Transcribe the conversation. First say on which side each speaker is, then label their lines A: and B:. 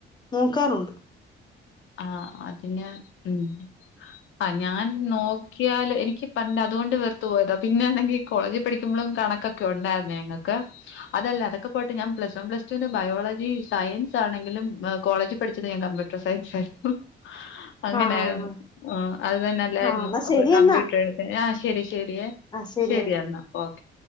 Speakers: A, on the left; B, on the left.
A: നോക്കാറുണ്ട്
B: ആഹ് അതെന്നാണ് ഉം ആ ഞാൻ നോക്കിയാല് എനിക്ക് പണ്ട് അതുകൊണ്ട് വെർത്ത് പോയതാ പിന്നൊണെങ്കിൽ കോളേജിൽ പഠിക്കുമ്പോ കണകൊക്കെ ഉണ്ടായിരുന്നേ ഞങ്ങക്ക് അതല്ല അതൊക്കെ പോട്ടെ ഞാൻ പ്ലസ് വൺ പ്ലസ് ടുന് ബയോളജി സയൻ ൻസ് ആണെങ്കിലും കോളേജ് പഠിച്ചത് ഞാൻ കമ്പ്യൂട്ടർ സയൻസ് ആയിരുന്നു അങ്ങനായിരുന്നു.
A: ആഹ്
B: ആ അത് തന്നെ അല്ലായിരുന്നു
A: ആഹ് എന്നാ
B: അപ്പൊ
A: ശരിയെന്നാ
B: കമ്പ്യൂട്ടർ എടുത്തെ ആഹ് ശരി ശരിയെ
A: ആഹ് ശരിയെന്നാ
B: ശരി എന്നാ ഓക്കെ